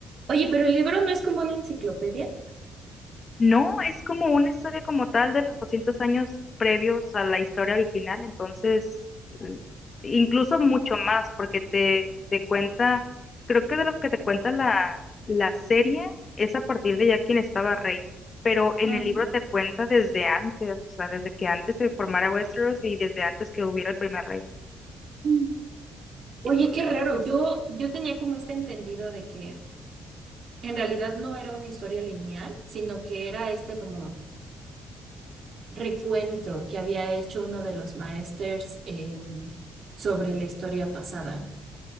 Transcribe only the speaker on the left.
No, es como una historia como tal de los 200 años previos a la historia original, entonces es- incluso mucho más, porque te, te cuenta, creo que de lo que te cuenta la, la serie es a partir de ya quien estaba rey, pero en
el libro te cuenta desde antes, o sea, desde que antes se formara Westeros y desde antes que hubiera el primer rey.